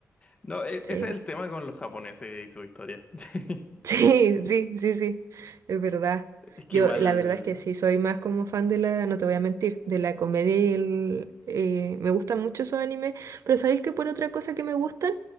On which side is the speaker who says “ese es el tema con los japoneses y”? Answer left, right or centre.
Left